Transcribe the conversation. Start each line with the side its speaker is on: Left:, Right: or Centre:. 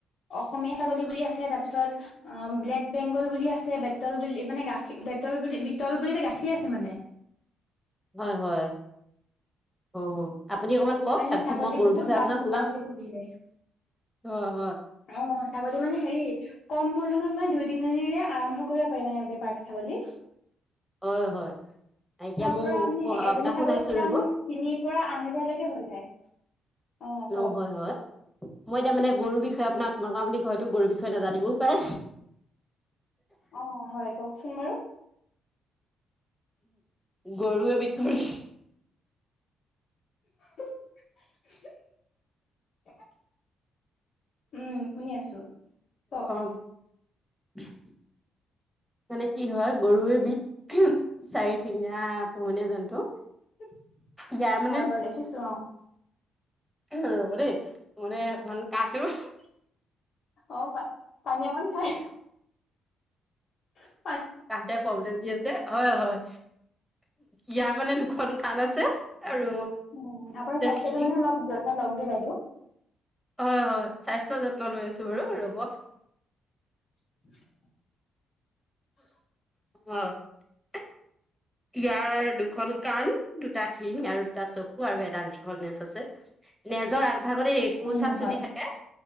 Left: অসমীয়া ছাগলী বুলি আছে তাৰপিছত ব্লেক বেংগল বুলি আছে বেতল বুলি মানে গাখীৰ বেতল বুলি বিতল বুলি গাখীৰ আছে মানে।
Centre: হয় হয় অ। আপুনি অকমান কওক
Left: মানে
Centre: তাৰপিছত
Left: ছাগলী
Centre: মই গৰুৰ
Left: বহুত
Centre: বিষয়ে
Left: লাভ
Centre: আপোনাক
Left: আছে
Centre: শুনাম।
Left: ছাগলী পুহিলে
Centre: অ হয়।
Left: অ ছাগলী মানে হেৰি কম মূলধনত মানে দুই তিনিজনীৰে আৰম্ভ কৰিব পাৰি মানে বেপাৰ ছাগলী।
Centre: হয় হয়। এতিয়া
Left: তাৰ
Centre: মোৰ
Left: পৰা মানে
Centre: পঢ়া
Left: এজনী
Centre: আপোনাক
Left: ছাগলীৰ
Centre: শুনাইছো ৰ'ব
Left: দাম তিনিৰ পৰা আঠ হেজাৰলৈকে হৈ যায়। অ
Centre: ন
Left: কওক
Centre: হয় হয় মই এতিয়া মানে গৰুৰ বিষয়ে আপোনাক মই ক আপুনি ঘৰটো গৰুৰ বিষয়ে নাজানিবও পাৰে?
Left: অ হয় কওকচোন বাৰু।
Centre: গৰু এবিধ ঘৰচ-
Left: <unintelligible> উম শুনি আছো। কওক
Centre: অ <inaudible> মানে কি হয় গৰুৰবিধ চাৰি ঠেঙীয়া পোহনীয়া জন্তু।
Left: <unintelligible>
Centre: ইয়াৰ মানে
Left: হয় বাৰু দেখিছো অ।
Centre: ৰব দেই মানে অকমান কাঁহটো <unintelligible>
Left: অ প পানী অকণ খাই লক <unintelligible>
Centre: তাহতে প্ৰব্লেম দি আছে হয় হয়। ইয়াৰ মানে দুখন কাণ আছে। আৰু
Left: উ আপোনাৰ স্বাস্থ্যটো
Centre: সি
Left: মানে অলপ যত্ন লওক দেই বাইদেউ।
Centre: হয় হয় স্বাস্থ্য যত্ন লৈ আছো বাৰু ৰব।
Left: <inaudible>
Centre: অ <inaudible> ইয়াৰ দুখন কাণ দুটা শিং আৰু দুটা চকু আৰু এডাল দীঘল নেজ আছে। নেজৰ আগভাগতে একোচা
Left: উম
Centre: <unintelligible>
Left: হয়
Centre: থাকে